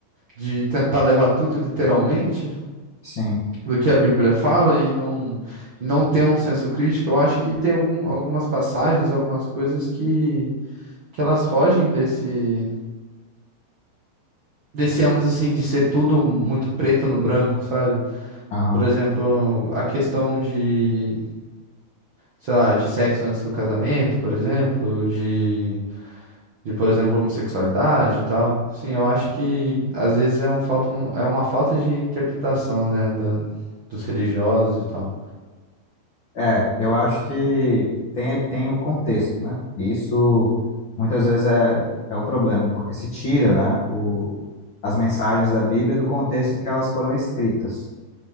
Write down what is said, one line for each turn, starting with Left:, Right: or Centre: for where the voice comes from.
Right: De tentar levar tudo literalmente
Left: Sim.
Right: do que a Bíblia fala e não, e não ter um senso crítico. Eu acho que tem algum- algumas passagens, algumas coisas que, que elas fogem desse, desse ambos, assim, de ser tudo muito preto no branco, sabe?
Left: Aham.
Right: Por Ah, exemplo, a questão de, sei lá, de sexo antes do casamento, por exemplo, de. de, por exemplo, homossexualidade e tal. Sim, eu acho que às vezes é um falta, um- é uma falta de interpretação, né, da, dos religiosos e tal.
Left: É, eu acho que tem, tem o contexto, né? E isso muitas vezes é, é o problema, porque se tira, né, o, as mensagens da Bíblia do contexto em que elas foram escritas.